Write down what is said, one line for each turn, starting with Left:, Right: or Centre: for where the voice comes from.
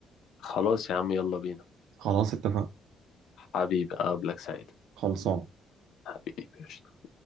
Left: خلاص يا عم يلا بينا
Right: خلاص اتفقنا
Left: حبيبي اقابلك سعيد
Right: خلصان
Left: حبيبي قشطة.